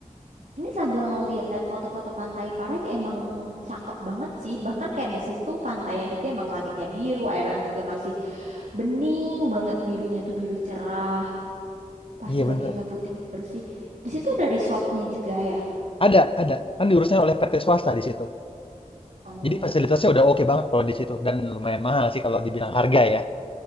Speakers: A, on the right; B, on the left.
A: ini sambil ngelihat foto-foto pantai Parai emang cakep banget sih. Bahkan kayak di situ pantainya juga emang langitnya biru, airnya juga masih bening banget birunya tuh biru cerah, pasirnya
B: Iya bener.
A: juga putih bersih. Di situ ada resortnya juga ya.
B: Ada, ada. Kan diurusnya oleh PT swasta di situ.
A: Oh,
B: Jadi fasilitasnya udah oke banget kalau di situ dan lumayan mahal sih kalau dibilang harga ya,